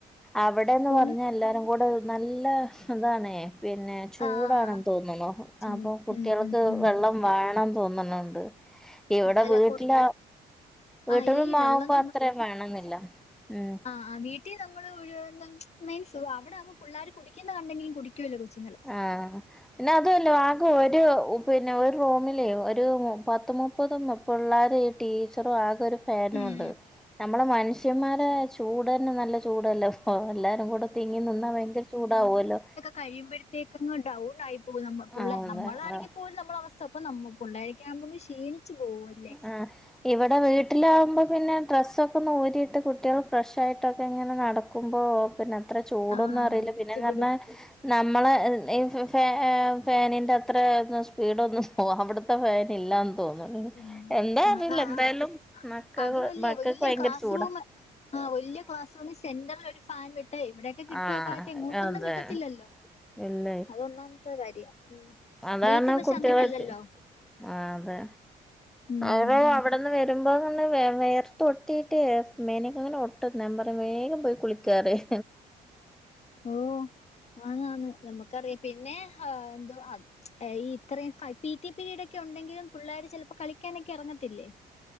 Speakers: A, in the centre; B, on the left.
A: അവിടെന്ന്
B: സ്കൂൾ
A: പറഞ്ഞാ എല്ലാരും കൂടെ ഉ നല്ല ഇതാണെ പിന്നെ. ചൂടാണ്
B: ആഹ്
A: തോന്നുണു
B: ചൂട്
A: അപ്പൊ കുട്ട്യ
B: ഉം
A: ൾക്ക്
B: ഉം ഉം
A: വെള്ളം വേണം തോന്ന്ണ്ണ്ണ്ട്. ഇവിടെ
B: ഉം അല്ല
A: വീട്ടില
B: കുടി
A: വീട്ടിലൊന്നാവുമ്പോ
B: ആഹ് ഈ വെള്ളം
A: അത്ര വേണെന്നില്ല ഉം.
B: ആ വീട്ടി നമ്മള് രു മീൻസ് അവ്ടെവുമ്പോ പുള്ളേർ കുടിക്ക്ണ കണ്ടെങ്കിലും കുടിക്കുവല്ലോ കൊച്ച്.
A: ആഹ് ന്ന അതുഅല്ല ആകെ ഒരു ഉ പിന്നെ ഒരു റൂമിലേ ഒരു പത്ത് മുപ്പത് പിള്ളേരും ടീച്ചറും ആകെ ഒരു ഫേനുണ്ട്
B: ഉം
A: നമ്മുടെ മനുഷ്യന്മാരെ
B: ശരി
A: ചൂട് തന്നെ നല്ല ചൂടല്ലെ ഇപ്പം എല്ലാരും കൂടെ തിങ്ങി നിന്നാ ഭയങ്കര ചൂടാവല്ലോ
B: കഴിയുമ്പോയ്ത്തേക്കങ്ങ് ഡൗൺ ആയി പോവും നമ്മ പുള്ള
A: ആഹ് അതെ
B: നമ്മളാണെങ്കി
A: ആഹ്
B: പോലും നമ്മളവസ്ഥ പ്പ നമ്മ പ്പുള്ളേരൊക്കെ ആവുമ്പോ പിന്നെ ക്ഷീണി ച്ച് <unintelligible>
A: ആഹ് ഇവിടെ വീട്ടിലാകുമ്പോ പിന്നെ ഡ്രസ്സൊക്കൊന്ന് ഊരിയിട്ട് കുട്ടികള് ഫ്രഷായിട്ടൊക്കെ ഇങ്ങനെ നടക്കുമ്പോ പിന്നത്ര ചൂടൊന്നും
B: ആഹ്
A: അറിയില്ല പിന്നന്ന്റഞ്ഞാ
B: ചുവടും
A: നമ്മളെ ഈ ഫ ഫാനിന്റെ അത്ര ഒന്നും സ്പീഡ് ഒന്നും അവിടു ത്തെ ഫാനില്ലന്ന്തോന്നുണു
B: ഇല്ല
A: എന്താ
B: ആഹ്
A: അറിയില്ല
B: ആഹ്
A: എന്തായാലും മക്കൾ
B: അതുവല്ലേ
A: മക്കക്ക്
B: വല്യ
A: ഭയങ്കര
B: ക്ലാസ്
A: ചൂടാ
B: റൂം ആഹ് വല്യ ക്ലാസ് റൂമി സെന്ററി ലൊരു ഫാൻ വിട്ടേ ഇവിടെയൊക്കെ കിട്ടുവക്കാറ്റ്
A: ആഹ്
B: എങ്ങോട്ടൊന്നും
A: അതെ
B: കിട്ടത്തില്ലല്ലോ
A: ഇല്ലേ
B: അതൊന്നാമത്തെ കാര്യം ഉം
A: അതാണ്
B: വീട്ടിൽ പക്ഷെ
A: കുട്ടികളെ
B: അങ്ങനല്ലല്ലോ
A: <unintelligible> ആ അതെ
B: ഉം.
A: അവ അവിടെന്ന് വരു വരുമ്പോന്നറിഞ്ഞ വെയ വെയർത്ത് ഒട്ടിയിട്ട് മേനിഒക്കെങ്ങനെ ഒട്ടും ഞാൻ പറയും വേഗം പോയി കുളിക്കറിം.
B: ഓ ആന്നാന്ന് നമുക്കറിയാം. പിന്നെ ഹാ എന്തോ അയ് ഇത്രയും പി ടി പിരീടൊക്കെ ഉണ്ടെങ്കിലും പിള്ളേര് ചിലപ്പോ കളിക്കാനൊക്കെ ഇറങ്ങത്തില്ലേ